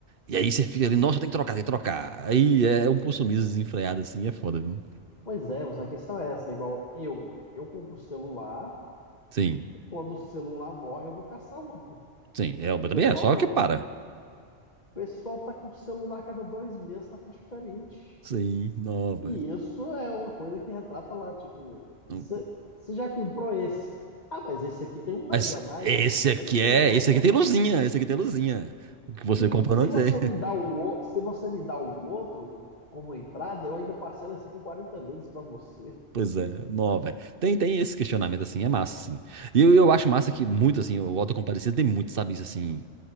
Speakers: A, on the right; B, on the left.
A: E aí você fica ali, nossa, tem que trocar, tem que trocar. Aí é um consumismo desenfreado, assim, é foda, viu?
B: Pois é, mas a questão é essa, igual eu. Eu compro o celular,
A: Sim,
B: quando o celular morre, eu vou caçar outro.
A: sim, é, mas
B: Pessoal,
A: também é, só
B: não.
A: que para.
B: O pessoal tá com celular cada dois meses, tá com diferente.
A: Sim, não, velho.
B: E isso é uma coisa que retrata lá, tipo, você
A: Não-
B: já comprou esse. Ah, mas esse aqui tem um
A: Mas
B: LED a mais.
A: esse
B: Você
A: aqui
B: não tem
A: é.
B: um LED
A: Esse aqui
B: a
A: tem
B: mais.
A: luzinha, esse aqui tem luzinha. O que você
B: E
A: comprou
B: se
A: não dizer.
B: você
A: <laughs>
B: me dá o, o- se você me dá o outro como entrada, eu ainda parcelo esse aqui em 40 vezes para você.
A: Pois é, não, velho. Tem, tem esse questionamento, assim, é massa, assim. E eu, eu acho massa que muito, assim, o Auto da Compadecida tem muito, sabe, isso, assim,